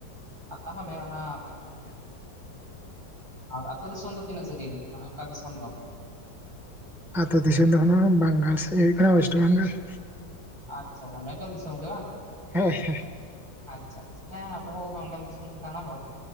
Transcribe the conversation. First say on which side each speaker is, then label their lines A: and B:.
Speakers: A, on the right; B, in the centre.
A: ᱟᱨ ᱛᱟᱦᱚᱞᱮ ᱚᱱᱟ ᱟᱹᱛᱩᱳ ᱫᱤᱥᱚᱢ ᱫᱚ ᱛᱤᱱᱟᱹᱜ ᱥᱟᱺᱟᱹᱜᱤᱧ ᱢᱟᱱᱮ ᱚᱠᱟ ᱫᱤᱥᱚᱢ ᱫᱚ
B: ᱟᱛᱩ ᱫᱤᱥᱚᱢ ᱫᱚᱠᱷ ᱦᱚᱸ ᱵᱟᱝᱜᱟᱞ ᱥᱮᱫ ᱦᱩᱭᱩᱜ ᱠᱟᱱᱟ ᱚᱭᱮᱥᱴ ᱵᱟᱝᱜᱟᱞ᱾
A: ᱟᱪᱪᱷᱟ ᱵᱮᱸᱜᱚᱞ ᱫᱤᱥᱚᱢ ᱜᱮ ᱵᱟᱝ
B: ᱦᱳᱭ <inaudible>
A: ᱟᱪᱪᱷᱟ ᱟᱪᱪᱷᱟ ᱦᱮᱸ ᱟᱵᱚᱦᱚᱸ ᱵᱟᱝᱜᱚᱞ ᱫᱤᱥᱚᱢ ᱜᱮ ᱠᱟᱱᱟᱵᱚᱱ